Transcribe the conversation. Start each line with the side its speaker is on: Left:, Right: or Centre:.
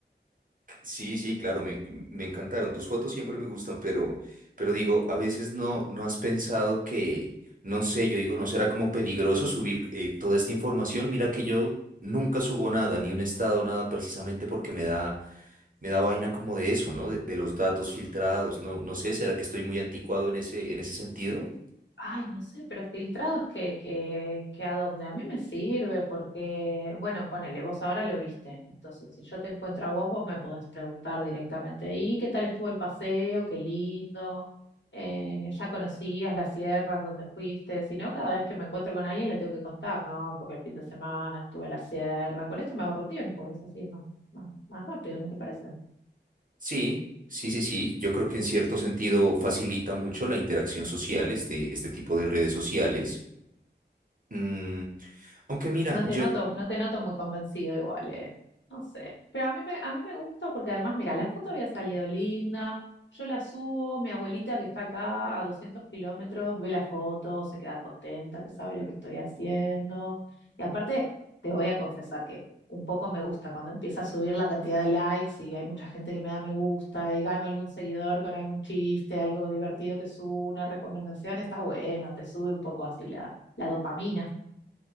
Right: Sí, sí, claro, me, me encantaron. Tus fotos siempre me gustan, pero, pero digo, a veces no, no has pensado que, no sé, yo digo, ¿no será como peligroso subir eh, toda esta información? Mira que yo nunca subo nada, ni un estado, nada, precisamente porque me da, me da vaina como de eso, ¿no? De, de los datos filtrados, no, no sé, ¿será que estoy muy anticuado en ese, en ese sentido?
Left: Ay, no sé, pero filtrados que, que, que a dónde. A mí me sirve porque, bueno, ponele, vos ahora lo viste. Entonces, si yo te encuentro a vos, vos me podés preguntar directamente, ¿y qué tal estuvo el paseo? Qué lindo. Eh, ¿ya conocías las sierras donde fuiste? Si no, cada vez que me encuentro con alguien le tengo que contar, ¿no? Porque el fin de semana estuve en la sierra. Con esto me ahorro tiempo, eso sí, es más, más, más rápido, ¿no te parece?
Right: Sí, sí, sí, sí. Yo creo que en cierto sentido facilita mucho la interacción social, este, este tipo de redes sociales. Mm, aunque mira,
Left: No
Right: yo,
Left: te noto, no te noto muy convencido igual, eh. No sé. Pero a mí me, a mí me gusta porque además, mira, la foto había salido linda. Yo la subo, mi abuelita que está acá a 200 kilómetros ve la foto, se queda contenta, que sabe lo que estoy haciendo. Y aparte, te voy a confesar que un poco me gusta cuando empieza a subir la cantidad de likes y hay mucha gente que me da me gusta y gano algún seguidor con algún chiste, algo divertido que subo, una recomendación, está bueno, te sube un poco así la, la dopamina.